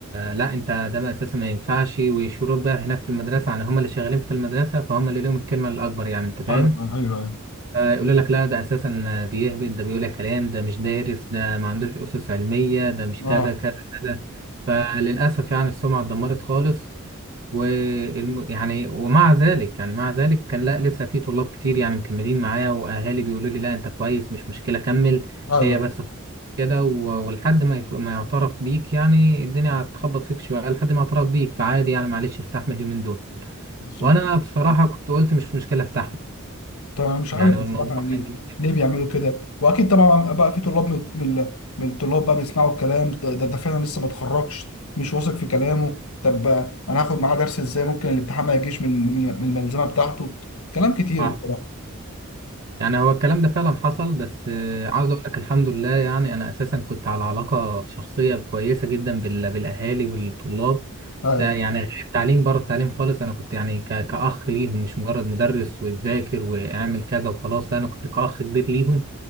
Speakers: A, on the right; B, on the left.
A: لا انت ده بقى اساسا ما ينفعش ويشوروك بقى هناك في المدرسه يعني هم اللي شغالين في المدرسه فهم اللي لهم الكلمه الاكبر يعني انت فاهم
B: ايوه ايوه ايوه أيوه.
A: يقول لك لا ده اساسا بيهبد ده بيقول كلام ده مش دارس ده ما عندوش اسس علميه ده مش
B: اه
A: كذا كذا كذا فللاسف يعني السمعه اتدمرت خالص والم... يعني ومع ذلك يعني مع ذلك كان لا لسه في طلاب كتير يعني مكملين معايا واهالي بيقولوا لي لا انت كويس مش مشكله كمل
B: ايوه
A: هي بس كده و- ولحد ما يك... ما يعترف بيك يعني الدنيا هتخبط فيك شويه لحد ما يعترف بيك فعادي يعني معلش استحمل اليومين دول
B: بالظبط
A: وانا بصراحه كنت قلت مش مشكله استحمل
B: طب انا مش
A: يعني
B: عارف بصراحه
A: الموضوع
B: يعني
A: كان جميل جدا
B: ليه بيعملوا كده واكيد طبعا بقى في طلاب من من من الطلاب بقى بيسمعوا الكلام ده ده ده فعلا لسه ما اتخرجش مش واثق في كلامه طب انا هاخد معاه درس ازاي ممكن الامتحان ما يجيش من من من الملزمه بتاعته كلام كتير
A: صح
B: بصراحه
A: يعني هو الكلام ده فعلا حصل بس آه، عاوز اقول لك الحمد لله يعني انا اساسا كنت على علاقه شخصيه كويسه جدا بال- بالاهالي والطلاب
B: ايوه
A: آه، يعني غير التعليم بره التعليم خالص انا كنت يعني ك- كاخ ليهم مش مجرد مدرس وذاكر واعمل كذا وخلاص لا انا كنت كاخ كبير ليهم